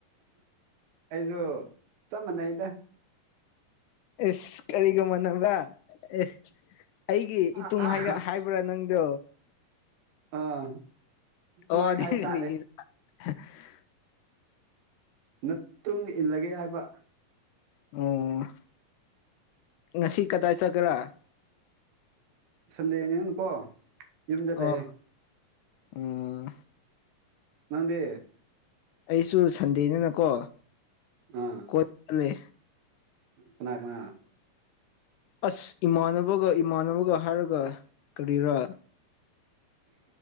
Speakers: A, on the right (about 90°); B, on the left (about 80°).
A: ꯑꯩꯖꯨ ꯆꯞ ꯃꯥꯟꯅꯩꯗ
B: ꯏꯁ ꯀꯔꯤꯒ ꯃꯅꯥꯕ꯭ꯔꯥ ꯑꯦ ꯑꯩꯒꯤ
A: ꯑꯥ
B: ꯏꯇꯨꯡ
A: ꯑꯥ
B: ꯍꯥꯏꯅ ꯍꯥꯏꯕ꯭ꯔꯥ ꯅꯪꯗꯣ
A: ꯑꯥ ꯁꯨꯃꯥꯏꯅ
B: ꯑꯣꯗꯤ
A: ꯍꯥꯏꯕ ꯇꯥꯔꯦ
B: <unintelligible>
A: ꯅꯇꯨꯡ ꯏꯜꯂꯒꯦ ꯍꯥꯏꯕ
B: ꯑꯣ ꯉꯁꯤ ꯀꯗꯥꯏ ꯆꯠꯀꯦꯔꯥ
A: ꯁꯟꯗꯦꯅꯤꯅꯥꯀꯣ ꯌꯨꯝꯗ
B: ꯑꯣ
A: ꯂꯩꯌꯦ
B: ꯎꯝ
A: ꯅꯪꯗꯤ
B: ꯑꯩꯁꯨ ꯁꯟꯗꯦꯅꯤꯅꯀꯣ
A: ꯑꯥ
B: ꯀꯣꯏ ꯂꯦ
A: ꯀꯅꯥ ꯀꯅꯥ
B: ꯑꯁ ꯏꯃꯥꯟꯅꯕꯒ ꯏꯃꯥꯟꯅꯕꯒ ꯍꯥꯏꯔꯒ ꯀꯔꯤꯔꯥ